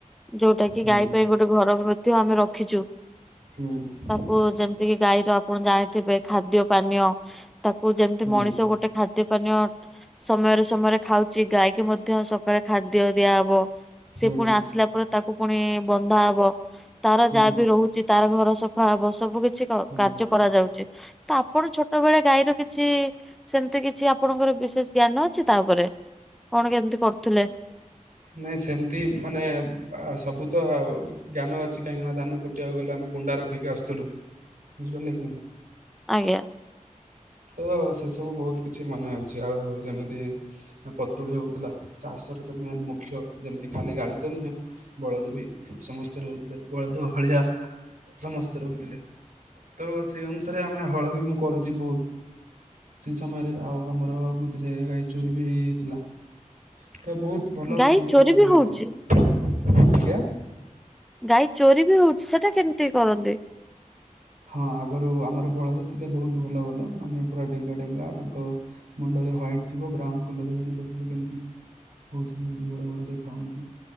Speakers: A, in the centre; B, on the right.
A: ଯୋଉଟା କି
B: ହୁଁ
A: ଗାଈ ପାଇଁ ଗୋଟେ ଘର ମଧ୍ୟ ଆମେ ରଖିଛୁ।
B: ହୁଁ।
A: ତାକୁ ଯେମ ତି, ଗାଈର ଆପଣ ଜାଣିଥିବେ, ଖାଦ୍ୟ ପାନୀୟ ତାକୁ ଯେମିତି,
B: ହୁଁ
A: ମଣିଷ ଗୋଟେ ଖାଦ୍ୟ ପାନୀୟ ସମୟରେ, ସମୟରେ ଖାଉଛି। ଗାଈକୁ ମଧ୍ୟ ସକାଳେ ଖାଦ୍ୟ ଦିଆହବ। ସେ
B: ହୁଁ
A: ପୁଣି ଆସିଲା ପରେ ତାକୁ ପୁଣି ବନ୍ଧା ହବ। ତାର
B: ହୁଁ
A: ଯାହା ବି ରହୁ ଚି। ତାର ଘର ସଫା ହବ। ସବୁ କିଛି କିଛି
B: ହୁଁ।
A: କାର୍ଯ୍ୟ କରାଯାଉଛି ତ ଆପଣ ଛୋଟବେଳେ ଗାଈର କିଛି, ସେମିତି କି ଛି ଆପଣଙ୍କର ବିଶେଷ ଜ୍ଞାନ ଅଛି ତା ଉପରେ? କଣ କେମିତି କରୁଥିଲେ?
B: ନାଇଁ ସେମିତି ମାନେ ସବୁ ତ ଜ୍ଞାନ ଅଛି କାହିଁକି ନା ଧାନ କୁଟ ଟିବାକୁ ଗଲେ ଆମେ ଗୁଣ୍ଡା ରଖିକି ଆସୁଥିଲୁ ବୁଝିପାରିଲେ କି ନାଇଁ?
A: ଆଜ୍ଞା।
B: ଓ ସେସବୁ ବହୁତ କିଛି ମନେ ଅଛି ଆଉ ଯେମିତି ପତୁଳି ହଉଥିଲା। ଚାଷରେ ତ ମେନ୍ ମୁଖ୍ୟ ଯେମିତି ଖାଲି ଗାଈ ତ ନୁହେଁ। ବଳଦେବୀ ସମସ୍ତେ ରହୁଥିଲେ ବଳଦ ଭଳିଆ ସମସ୍ତେ ରହୁଥିଲେ। ତ ସେଇ ଅନୁସାରେ ଆମେ ହଳ ବି ମୁଁ କରୁଚି ବହୁତ ସେହି ସମୟରେ ଆଉ ଆମର ମଝିରେ ଗାଈ ଚୋରି ବି ହେଇଯାଇଥିଲା। ତ ବହୁତ ଭଲ
A: ଗାଈ
B: ସ୍ମୃତି
A: ଚୋରି
B: ମୋର
A: ବି
B: ରହିଛି
A: ହଉଛି
B: ଆଜ୍ଞା।
A: ଗାଈ ଚୋରି ବି ହଉଛି ସେଟା କେମିତି କରନ୍ତି?
B: ହଁ ଆଗରୁ ଆମର ବଳଦ ଥିଲେ ବହୁତ ଭଲ ଭଲ ମାନେ ପୁରା ଡେଙ୍ଗା ଡେଙ୍ଗା ତାଙ୍କ ମୁଣ୍ଡ ରେ ହ୍ୱାଇଟ୍ ଥିବ ବ୍ରାଉନ କଲର ରେ ଜାଣିପାରୁଥିବେ କେମିତି। କହୁଚି ଯେମିତି ବଡ଼ ବଡ଼ ଦେଖା ହୁଅନ୍ତି।